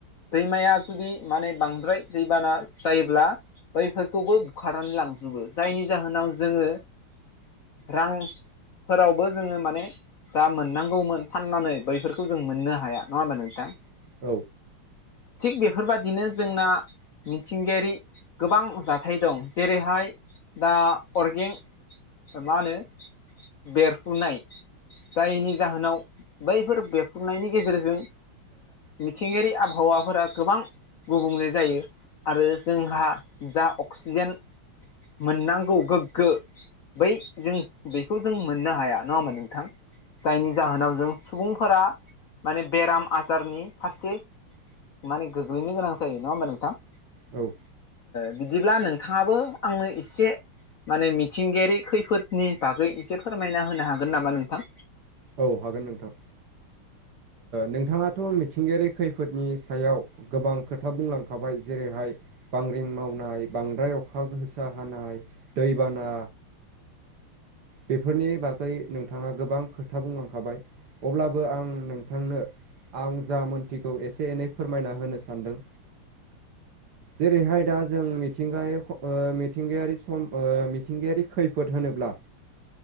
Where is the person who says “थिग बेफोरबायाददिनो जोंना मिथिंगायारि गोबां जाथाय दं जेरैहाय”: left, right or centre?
Left